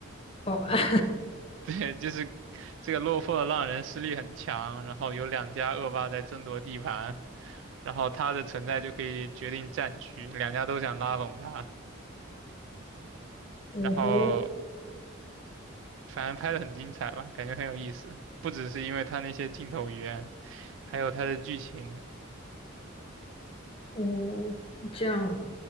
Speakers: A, on the left; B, on the right.
A: 保安，
B: <laughs> 对，就是这个落魄的浪人实力很强，然后有两家恶霸在争夺地盘，然后他的存在就可以决定战局，两家都想拉拢他。
A: <laughs>
B: 然后
A: 五湖。
B: 反正拍的很精彩吧，感觉很有意思。不只是因为它那些镜头语言，还有它的剧情。
A: 哦，这样，